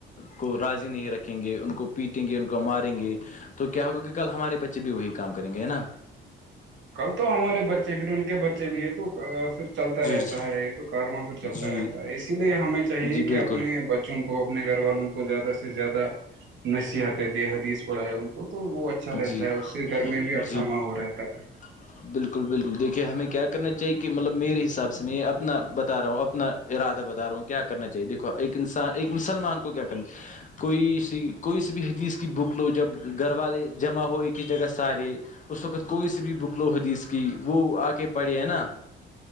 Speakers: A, on the left (about 40°); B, on the right (about 70°).
A: کو راضی نہیں رکھیں گے ان کو پیٹیں گے ان کو ماریں گے تو کیا ہوگا کہ کل ہمارے بچے بھی وہی کام کریں گے ہے نا
B: کل تو ہمارے بچے پھر ان کے بچے بھی ہے توھر چلتا
A: جی
B: رہتا
A: جی
B: ہے یہ تو کار وہاں پھر چلتا
A: جی
B: رہتا ہے اسی لیے ہمیں چاہیے
A: جی
B: کہ
A: بالکل
B: اپنے ب بچوں کو اپنے گھر والوں کو زیادہ سے زیادہ نصیحت ہے دے حدیث پڑھا ہے ان کو تو وہ اچا اچھا رہتا
A: جی
B: ہے اس سے گھر میں بھی اچھا
A: جی
B: ماحول رہتا ہے
A: <unintelligible> بالکل بالکل دیکھیے ہمیں کیا کرنا چاہیے کہ مطلب میرے حساب سے میں یہ اپنا بتا رہا ہوں اپنا ارادہ بتا رہا ہوں کیا کرنا چاہیے دیکھو ایک انسان ایک مسلمان کو کیا کرنا کوئی سی کوئی س بھی حدیث کی بک لو جب گھر والے جمع ہو کہ جگہ ساری اس وقت کوئی سی بھی بکل و حدیث کی وہ آ کے پڑھے ہیں نا